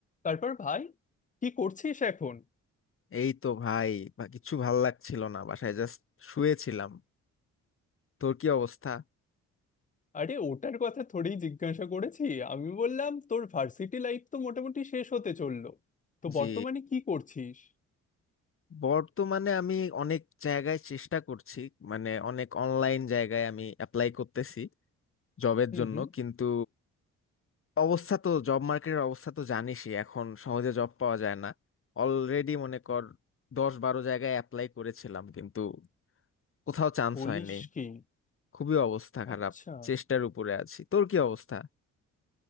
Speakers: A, on the left; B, on the left.
A: তারপর ভাই কি করছিস এখন
B: এই তো ভাই বা কিছু ভাল লাগছিল না বাসায় জাস্ট শুয়েছিলাম তোর কি অবস্থা
A: আরে ওটার কথা থোড়েই জিজ্ঞাসা করেছি আমি বললাম তোর ভার্সিটি লাইফ তো মোটামুটি শেষ হতে চললো তো
B: জি
A: বর্তমানে কি করছিস
B: বর্তমানে আমি অনেক জায়গায় চেষ্টা করছি মানে অনেক অনলাইন জায়গায় আমি অ্যাপ্লাই করতেছি জবের
A: হুম
B: জন্য
A: হুম
B: কিন্তু অবস্থা তো জব মার্কেটের অবস্থা তো জানিসই এখন সহজে জব পাওয়া যায় না অলরেডি মনে কর দশ বারো জায়গায় অ্যাপ্লাই করেছিলাম কিন্তু কোথাও চান্স
A: বলিস
B: হয়নি
A: কি
B: খুবই অবস্থা খারাপ
A: আচ্ছা
B: চেষ্টার উপরে আছি তোর কি অবস্থা